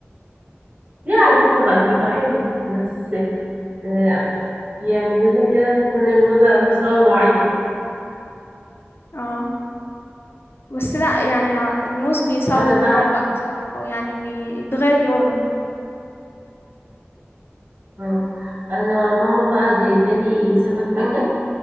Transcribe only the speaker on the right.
ليه على فكرة بقى بيبقى حلو بس آه، يعني لازم كده تكون الموزة بسبب معين
انا بقى
آه، انا ماما بقى جايبالي سبت مانجا